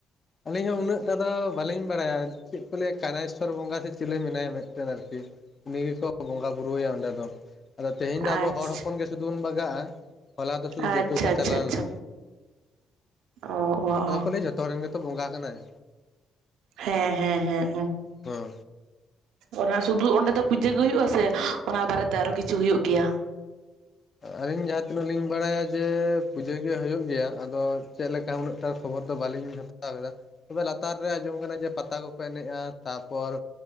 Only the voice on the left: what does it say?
ᱟᱹᱞᱤᱧ ᱦᱚᱸ ᱩᱱᱟᱹᱜ-ᱴᱟ ᱫᱚ ᱵᱟᱟᱹᱞᱤᱧ ᱵᱟᱲᱟᱭᱟ ᱪᱮᱫ ᱠᱚ ᱞᱟᱹᱭᱟ ᱠᱟᱱᱟᱭᱥᱚᱨ ᱵᱚᱸᱜᱟ ᱥᱮ ᱪᱤᱞᱤ ᱢᱮᱱᱟᱭᱟ ᱢᱮᱫᱴᱮᱱ ᱟᱨᱠᱤ ᱩᱱᱤ ᱜᱮᱠᱚ ᱵᱚᱸᱜᱟᱼ ᱵᱩᱨᱩᱣᱟᱭᱟ ᱚᱸᱰᱮ ᱫᱚ ᱟᱫᱚ ᱛᱮᱦᱮᱧ ᱫᱚ
ᱟᱵᱚ ᱦᱚᱲ ᱦᱚᱯᱚᱱ ᱜᱮ ᱥᱩᱫᱷᱩ ᱵᱚᱱ ᱵᱟᱜᱟᱜᱼᱟ ᱦᱚᱞᱟ ᱫᱚ ᱥᱩᱫᱩ
ᱫᱤᱠᱩ ᱠᱚ
ᱪᱟᱞᱟᱣ
ᱞᱮᱱᱟ
ᱟᱫᱚ
ᱠᱚ ᱞᱟᱹᱭᱟ ᱡᱷᱚᱛᱚ ᱦᱚᱲ ᱨᱮᱱ ᱜᱮᱛᱚ ᱵᱚᱸᱜᱟ ᱠᱟᱱᱟᱭ
ᱦᱮᱸ
ᱟᱹᱞᱤᱧ ᱡᱟᱦᱟᱸ ᱛᱤᱱᱟᱹᱜ ᱞᱤᱧ ᱵᱟᱲᱟᱭᱟ ᱡᱮ ᱯᱩᱡᱟᱹ ᱜᱮ ᱦᱩᱭᱩᱜ ᱜᱮᱭᱟ ᱟᱫᱚ ᱪᱮᱫ ᱞᱮᱠᱟ ᱩᱱᱟᱹᱜ ᱴᱟ ᱠᱷᱚᱵᱚᱨ ᱫᱚ ᱵᱟᱟᱹᱞᱤᱧ ᱦᱟᱛᱟᱣ ᱠᱟᱫᱟ ᱛᱚᱵᱮ ᱞᱟᱛᱟᱨ ᱨᱮ ᱟᱸᱡᱚᱢ ᱠᱟᱱᱟ ᱡᱮ ᱯᱟᱛᱟ ᱠᱚᱠᱚ ᱮᱱᱮᱡᱼᱟ ᱛᱟᱨᱯᱚᱨ